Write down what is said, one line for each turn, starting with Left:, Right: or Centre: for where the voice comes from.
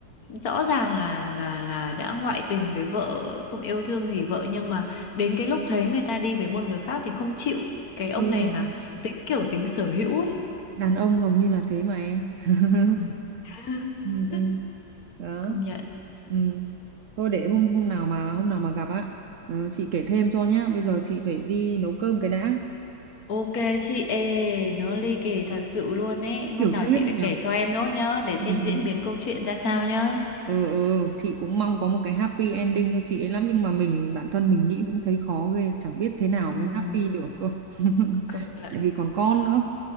Left: rõ ràng là là là đã ngoại tình với vợ không yêu thương gì vợ nhưng mà đến cái lúc thấy người ta đi với một người khác thì không chịu cái ông
Right: ừ.
Left: này là tính kiểu tính sở hữu ấy
Right: đàn ông hầu như là thế mà em <laughs>
Left: Ừ. <laughs>
Right: ừ, ừ. đó
Left: công nhận
Right: ừ. thôi để hôm hôm nào mà hôm nào mà gặp á ờ, chị kể thêm cho nhá bây giờ chị phải đi nấu cơm cái đã
Left: ok chị ê nó ly kỳ thật sự luôn ấy hôm
Right: tiểu
Left: nào
Right: thuyết
Left: chị
Right: đấy
Left: lại
Right: nhở
Left: kể cho em nốt nhá để xem
Right: ừ. ừ.
Left: diễn biến câu chuyện ra sao nhá
Right: ừ ừ chị cũng mong có một cái happy ending cho chị ấy lắm nhưng mà mình bản thân mình nghĩ cũng thấy khó ghê chẳng biết thế nào
Left: Ừm,
Right: mới happy được cơ <laughs>
Left: công nhận
Right: tại vì còn con nữa